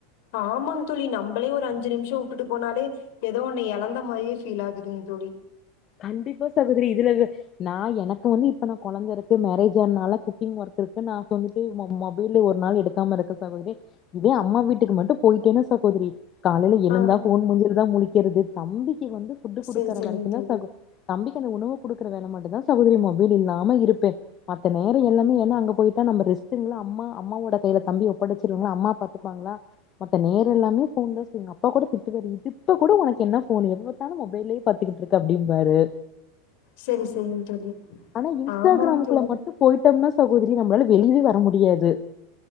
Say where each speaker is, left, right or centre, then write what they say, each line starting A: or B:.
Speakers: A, on the left; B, on the left.
A: ஆமாங் தோழி நம்பளே ஒரு அஞ்சு நிம்ஷோ உட்டுட்டு போனாலே எதோ ஒண்ண எழந்த மாரியே ஃபீல் ஆகுதுங் தோழி
B: கண்டிப்பா சகோதரி இதுல நா எனக்கு வந்து இப்ப நா கொழந்த இருக்கு மேரேஜ் ஆனால குக்கிங் ஒர்க் இருக்கு நா <unintelligible> <unintelligible> மொபைல்லு ஒரு நாள் எடுக்காம இருக்க சகோதரி இதே அம்மா வீட்டுக்கு மட்டு போயிட்டேனா சகோதரி காலைல எழுந்தா
A: ஆ
B: ஃபோன் முஞ்சிலதா முழிக்கிறது தம்பிக்கு வந்து ஃபுட்டு குடுக்குற
A: செரி செரிங்க
B: வரைக்குந்தா
A: தோழி
B: சகோ தம்பிக்கு அந்த உணவு குடுக்குற வேள மட்டுதா சகோதரி மொபைல் இல்லாம இருப்பே மத்த நேர எல்லாமே ஏனா அங்க போயிட்டா நம்ம ரெஸ்டுங்ளா அம்மா அம்மவோட கையில தம்பி ஒப்படச்சிருவங்ளா அம்மா பாத்துப்பாங்ளா மத்தநேர எல்லாமே ஃபோன் தா ஸ்பென் எங்கப்பா கூட திட்டுவாரு இ திப்ப கூட உனக்கு என்ன ஃபோனு எப்ப பாத்தாலு மொபைலயே பாத்துகிட்ருக் க அப்டிம்பாரு
A: செரி செரிங் தோழி
B: ஆனா இன்ஸ்டாகிராம்க்குள்ள
A: ஆமாங்க தோழி
B: மட்டு போயிட்டம்னா சகோதரி நம்ளால வெளியவே வர முடியாது